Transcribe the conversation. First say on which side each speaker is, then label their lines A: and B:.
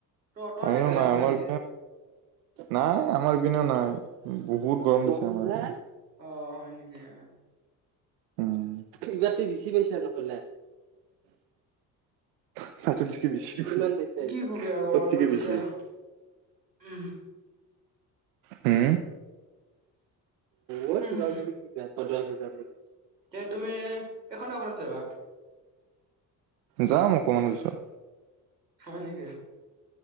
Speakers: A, on the right; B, on the right.
A: ত তহঁতে
B: আৰু
A: কাৰেণ্ট
B: নাই
A: আছে
B: আমাৰ
A: নেকি
B: নাই আমাৰ ইপিনেও নাই বহুত গৰম দিছে আমাৰ ইপিনে।
A: অ হয় নেকি হয়।
B: উম <unintelligible> <unintelligible>
A: কি কবি আৰু গৰমটো দিছে উম
B: হ'ম, উম
A: হুম,
B: পুৰা বুলি যা চজ হাজাৰ,
A: এতিয়া তুমি এই খনেৰ ঘৰত যাবা।
B: যাম অকমান পিছত
A: হয় নেকি?